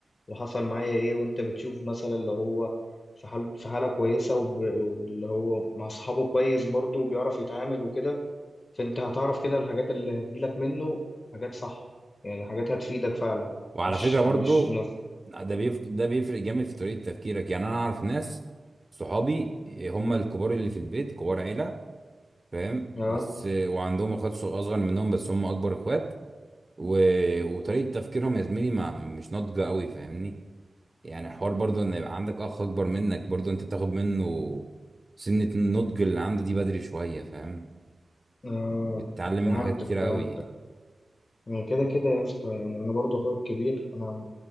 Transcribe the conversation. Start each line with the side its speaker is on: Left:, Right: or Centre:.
Left: وحصل معايا ايه وانت بتشوف مثلا اللي هو في حال في حالة كويسة وب... واللي هو مع صحابه كويس برضه وبيعرف يتعامل وكده فانت هتعرف كده الحاجات اللي هتجيلك منه حاجات صح يعني حاجات هتفيدك فعلا
Right: وعلى
Left: مش
Right: فكره برضو
Left: مش نص
Right: ده بيف... ده بيفرق جامد في طريقه تفكيرك يعني انا اعرف ناس صحابي هم الكبار اللي في البيت كبار عيله فاهم
Left: اه
Right: بس وعندهم اخوات صغ- اصغر منهم بس هم اكبر اخوات و... وطريقه تفكيرهم يا زميلي ما مش ناضجه قوي فاهمني يعني حوار برضه ان يبقى عندك اخ اكبر منك برضه انت بتاخد منه سنة النضج اللي عنده دي بدري شوية فاهم
Left: اه
Right: بتتعلم منه
Left: فهمتك
Right: حاجات كتيرة
Left: فهمتك
Right: قوي يعني
Left: يعني كده كده يا اسطى يعني انا برضه اخويا الكبير انا